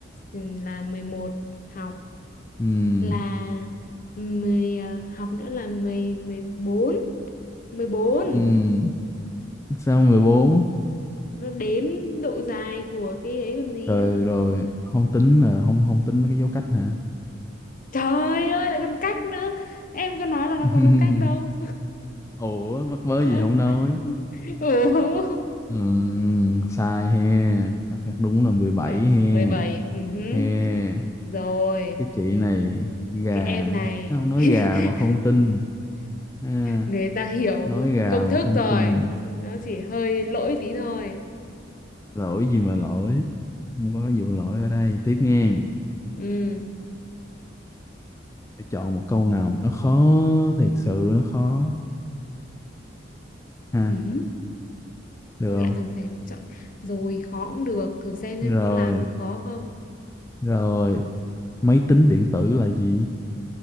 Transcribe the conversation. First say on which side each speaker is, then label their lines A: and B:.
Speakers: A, on the left; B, on the left.
A: ừ, là mười một học
B: ừm,
A: là mười à, học nữa là mười mười bốn mười bốn
B: ừm. sao mười bốn
A: nó đếm độ dài của cái ấy còn gì
B: rồi rồi không tính là không không tính mấy cái dấu cách hả
A: trời ơi lại còn cách nữa em có nói là nó
B: <laughs>
A: có dấu cách đâu
B: ủa mắc mớ
A: <laughs>
B: gì không nói
A: Ủa
B: Ừm, sai he đáp án đúng là 17
A: phải
B: he
A: bảy bảy ừ hứ.
B: he
A: rồi
B: cái chị này gà
A: cái em này
B: sao nói
A: <laughs>
B: gà mà không tin ha,
A: người ta hiểu
B: nói gà
A: công
B: mà
A: thức
B: không
A: rồi
B: tin
A: nó chỉ hơi lỗi tí thôi
B: lỗi gì mà lỗi không có vụ lỗi ở đây tiếp nghe
A: ừ
B: phải chọn một câu nào mà nó khó thiệt sự nó khó ha
A: ừ hứ.
B: được
A: lại
B: không
A: còn phải chọn rồi khó cũng được thử xem xem
B: rồi
A: có làm được khó không
B: rồi máy tính điện tử là gì